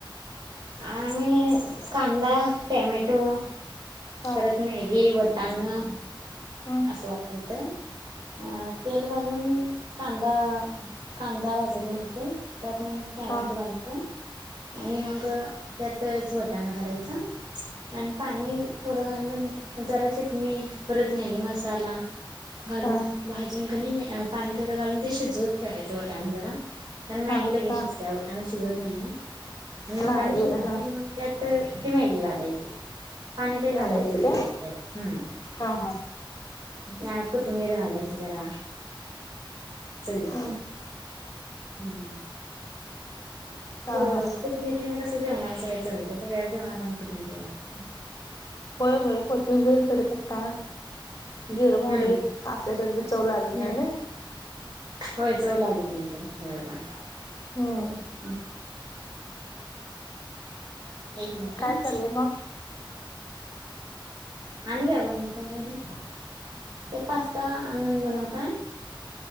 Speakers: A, on the right; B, on the left.
A: आम्ही कांदा टेमॅटो.
B: हा
A: परत मॅगी वटाणा.
B: हम्म.
A: वापरतय अ तेल घालून. कांदा कांदा भाजत घालते त्यात मग टॅमॅटो
B: हा
A: घालते. आणि मग त्यातच वटाणा घालायचा आणि पाणी.
B: ह
A: थोडं घालून जरा चटणी परत मॅगी मसाला. घालून
B: हा
A: भाजून कणी पाणी थोडं घालून ते शिजवत ठेवायचं वटाणा जरा. कारण मॅगी
B: हा
A: लगेच
B: हा
A: शिजते आव आणि अन्न शिजत नाही ना. आणि मटण
B: नाही होय
A: शिजल
B: हा
A: की मग त्यात ती मॅगी घालायची. पाणी लई
B: घालायची
A: घालायच नाही
B: काय
A: ज्यात त्यात हम्.
B: हा हा.
A: हा कोथिंबीर घालायची जरा. चवित्या
B: हम्म
A: हम्म. कोथिंबीरिन
B: हा हा
A: कसं जेवणाला सगळ्या चव येतेय तर सगळ्या जेवणात आम्ही. कोथिंबीर वापरतो
B: होय होय कोथिंबीर कडी पत्ता जिर मोहरी.
A: हम्म
B: असल्याच्या बी. चव लागत
A: हम्म
B: नाही नाही
A: होय चव लागत नाही त्याशिवाय प.
B: हम्म.
A: हम्. मिनिट
B: काय
A: हा हम्म
B: चाललय मग.
A: आणि काय बनवता घरी. ते पास्ता आणून बनवताय.